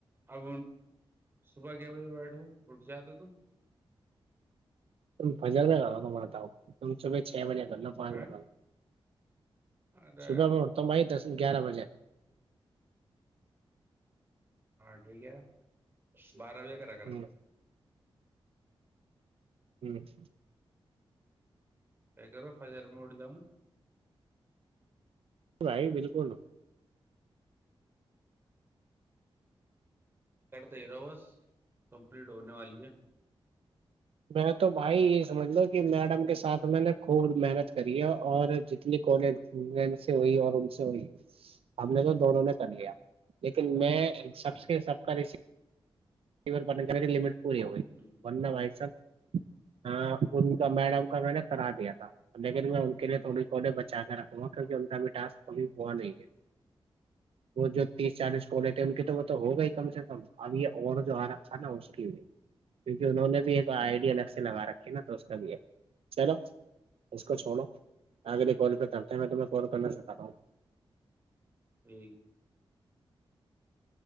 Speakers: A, on the right (about 25°); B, on the right (about 80°).
A: اب صبح کے بجے بیٹھو اٹھ جاتے تم
B: بزار نہیں کرا توے تھاؤ ت شبچھا ج بول پانیا
A: ہاں ارے
B: صبح میں اٹتا ہوں بائی درس گیارہ بجے
A: ہاں ٹھیک ہے بارہ بجے کرا کر
B: ہ
A: گ
B: ٹھیک
A: کیا کرو فجر مڑ جاؤں
B: بھائی بالکل
A: کرتے ہی رہاو بس کمپلیٹ ہونے والی ہے
B: میں تو بھائی یہ سمجھ ل کہ میڈم کے ساتھ میں نے خوب محنت کری ہے اور جتنی کالج م سے ہوئی اور ان سے ہوئی ہم نے تو دونوں نے کر لیا لیکن میں
A: اچھا
B: سب سے سب کا ر پالن کر پوری ہو
A: ہ
B: ورندہ بھائی سب ہاں ان کا میڈم کا میں نے کررا دیا تھا لیکن میں ان کے لیے تھوڑی کونےے بچا کے رکھوں گا کیونکہ ان کا بھی ٹک ابھی ہوا نہیں ہے وہ جو تیس چالیس کولے تھے ان کی تو وہ تو ہو گا ہی کم سے کم اب یہ اور جو آا تھا نا اس کی بھی کیونکہ انہوں نے بھی تو آئیڈیا الگ سے لگا رکھے نا تو اس کا بھی ہے چلو اس کو چھوڑو
A: اچھا
B: آگ کال پہ کرتے ہیں تو فور کرنا سکھ رہا ہوں
A: نہیں